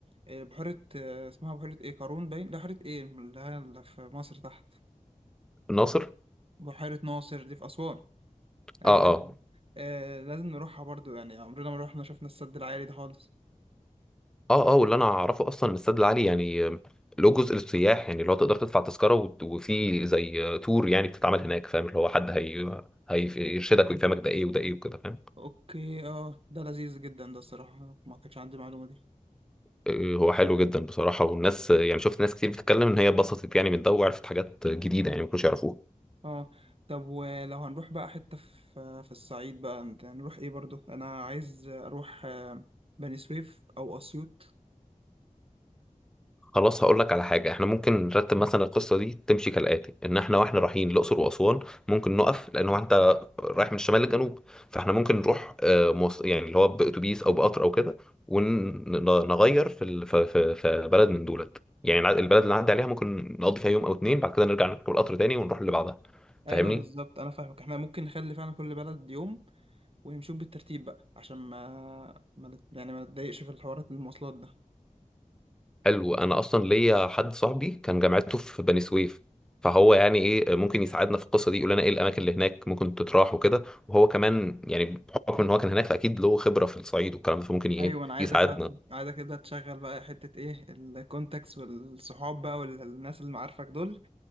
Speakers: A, on the right (about 45°); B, in the centre.
A: آه، بحيره آه، اسمها بحيره ايه قارون باين ده بحيره ايه اللي هي اللي في مصر تحت
B: الناصر
A: بحيره ناصر دي في اسوان ايوه
B: اه
A: الاسم
B: اه
A: آه لازم نروحها برضو يعني عمرنا ما روحنا شفنا السد العالي ده خالص
B: اه اه واللي انا اعرفه اصلا الاستاد العالي يعني له جزء للسياح يعني لو تقدر تدفع تذكره وت- وفي زي تور يعني بتتعمل هناك فاهم اللي هو حد هي هيرشدك ويفهمك ده ايه وده ايه وكده فاهم
A: اوكي اه ده لذيذ جدا ده الصراحة ما كانش عندي المعلومة دي
B: آه، هو حلو جدا بصراحه والناس يعني شفت ناس كتير بتتكلم ان هي اتبسطت يعني من ده وعرفت حاجات جديده يعني ما كانوش يعرفوها
A: اه طب ولو هنروح بقى حتة في في الصعيد بقى انت هنروح ايه برضو انا عايز اروح آه، بني سويف او اسيوط
B: خلاص هقول لك على حاجة احنا ممكن نرتب مثلا القصة دي تمشي كالآتي ان احنا واحنا رايحين الأقصر وأسوان ممكن نقف لان هو انت رايح من الشمال للجنوب فاحنا ممكن نروح آه، مواص- يعني اللي هو بأتوبيس او بقطر او كده ونغير في ال- في في في بلد من دولت يعني الع- البلد اللي نعدي عليها ممكن نقضي فيها يوم او اتنين بعد كده نرجع نركب القطر تاني ونروح اللي بعدها
A: ايوه
B: فاهمني
A: بالظبط انا فاهمك احنا ممكن نخلي فعلا كل بلد يوم ونمشيهم بالترتيب بقى عشان ما, ما نت- يعني ما نتضايقش في الحوارات المواصلات ده
B: حلو انا اصلا ليا حد صاحبي كان جامعته في بني سويف فهو يعني ايه ممكن يساعدنا في القصه دي يقول لنا ايه الاماكن اللي هناك ممكن تتراح وكده وهو كمان يعني بحكم ان هو كان هناك فاكيد له خبره في الصعيد والكلام ده فممكن ايه
A: ايوه انا عايزك
B: يساعدنا
A: بقى عايزك تبدا تشغل بقى حته ايه الكونتاكس والصحاب بقى والناس اللي معارفك دول